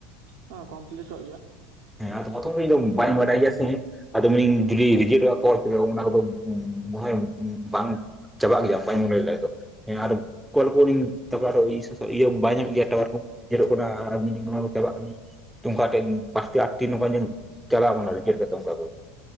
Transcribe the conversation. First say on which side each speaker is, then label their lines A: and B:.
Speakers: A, on the right; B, in the centre.
A: ᱦᱮᱸ ᱠᱚᱢᱯᱞᱤᱴᱚᱜ ᱜᱮᱭᱟ᱾
B: ᱦᱮᱸ ᱟᱫᱚ ᱚᱛᱷᱚ ᱤᱧ ᱫᱚ ᱵᱟᱹᱧ ᱵᱟᱰᱟᱭ ᱜᱮᱭᱟ ᱥᱮ ᱟᱫᱚ ᱢᱤᱱᱤᱧ ᱡᱩᱫᱤ ᱨᱤᱡᱮᱠᱴᱚᱜ ᱟ ᱠᱚᱞ ᱛᱚᱵᱮ ᱚᱱᱟ ᱠᱚᱫᱚ ᱵᱟᱭ ᱵᱟᱝ ᱪᱟᱵᱟᱜ ᱜᱮᱭᱟ ᱵᱟᱹᱧ ᱞᱟᱹᱭ ᱫᱚ ᱦᱮᱸ ᱟᱨ ᱠᱚᱞ ᱠᱚᱨᱤᱧ ᱛᱟᱨᱯᱚᱨᱮ ᱟᱫᱚ ᱤᱥ ᱥᱟ ᱤᱭᱟᱹ ᱵᱟᱭ ᱧᱟᱢᱮᱜ ᱜᱮᱭᱟ ᱴᱟᱣᱭᱟᱨ ᱠᱚ ᱧᱮᱞᱚᱜ ᱠᱟᱱᱟ ᱟᱨ ᱢᱤᱱᱤᱝ ᱦᱚᱸ ᱫᱟᱵᱟᱜ ᱠᱟᱱᱟ ᱚᱱᱠᱟ ᱛᱮ ᱯᱟᱸᱪᱴᱤ ᱟᱴᱴᱤ ᱱᱚᱱᱠᱟ ᱡᱟᱱᱤᱡ ᱪᱟᱞᱟᱣ ᱠᱟᱱᱟ ᱨᱤᱡᱮᱠᱴ ᱠᱟᱛᱮ ᱚᱱᱠᱟ ᱠᱚ